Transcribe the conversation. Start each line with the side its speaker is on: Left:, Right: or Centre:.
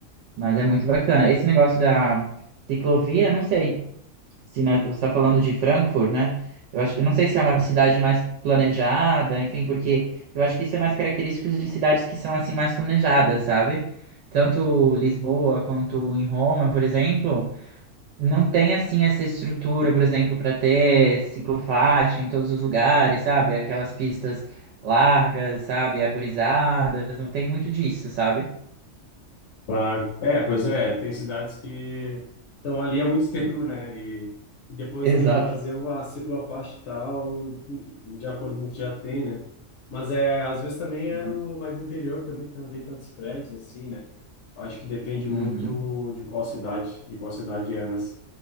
Right: Mas é muito bacana. Esse negócio da ciclovia, eu não sei se na- você está falando de Frankfurt, né? Eu acho, eu não sei se é uma cidade mais planejada, enfim, porque eu acho que isso é mais característico de cidades que são assim mais planejadas, sabe? Tanto Lisboa quanto em Roma, por exemplo não tem assim essa estrutura, por exemplo, para ter ciclofaixa em todos os lugares, sabe? Aquelas pistas largas, sabe? Arborizadas, não tem muito disso, sabe?
Left: Claro. É, pois é, tem cidades que estão ali há muito <laughs> tempo, né? E, e depois
Right: Exato.
Left: tem que fazer uma ciclofaixa e tal, de acordo com o que já tem, né? Mas é, às vezes também
Right: Exato.
Left: é no mais interior também, que não tem tantos prédios assim, né? Acho que depende muito
Right: Uhum.
Left: de qual cidade, de qual cidade é, mas